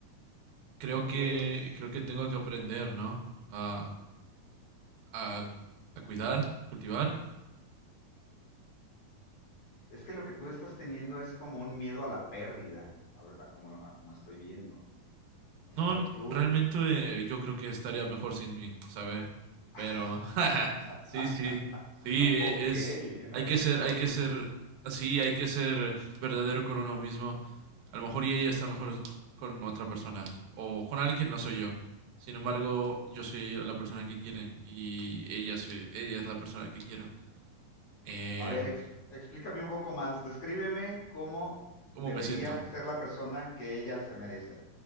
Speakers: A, on the right; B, on the left.
A: Creo
B: Ok.
A: que,
B: s-
A: creo que
B: ujú.
A: tengo que aprender, ¿no? A, a, a cuidar, a cultivar
B: Es que lo que tú estás teniendo es como un miedo a la pérdida, a, a como, a como estoy viendo. O
A: No,
B: sea,
A: no,
B: tú...
A: realmente eh, yo creo que estaría mejor sin mí, ¿sabe?
B: <laughs>
A: Pero <laughs> sí, sí, sí, e-
B: Ok,
A: es,
B: eh,
A: hay que ser,
B: plot
A: hay que
B: twist.
A: ser así, hay que ser verdadero con uno mismo. A lo mejor y ella está mejor con otra persona o con alguien que no soy yo. Sin embargo, yo soy la persona que quiere y ella, soy- ella es la persona que quiero. Eh,
B: A ver, ex- explícame un poco más. Descríbeme cómo
A: ¿cómo
B: debería
A: me siento?
B: ser la persona que ella se merece.